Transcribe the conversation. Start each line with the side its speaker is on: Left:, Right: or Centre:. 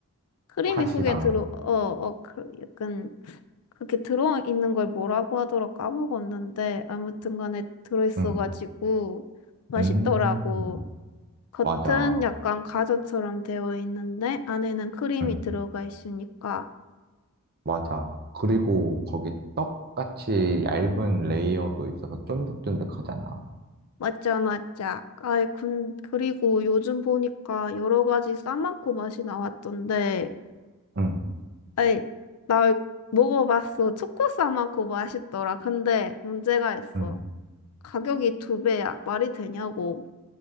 Left: 크림이
Right: 팥이랑.
Left: 속에 들어, 어, 어, 그, 약간, 그렇게 들어있는 걸 뭐라고 하더라 까먹었는데, 아무튼 간에 들어있어가지고,
Right: 응.
Left: 맛있더라고.
Right: 음,
Left: 겉은
Right: 맞아.
Left: 약간 과자처럼 되어 있는데, 안에는 크림이
Right: 응.
Left: 들어가 있으니까.
Right: 맞아. 그리고 거기 떡같이 얇은 레이어도 있어서 쫀득쫀득하잖아.
Left: 맞자, 맞자. 아이, 군, 그리고 요즘 보니까 여러 가지 싸만코 맛이 나왔던데,
Right: 응,
Left: 아이, 나 먹어봤어. 초코 싸만코 맛있더라. 근데 문제가 있어.
Right: 응.
Left: 가격이 두 배야. 말이 되냐고.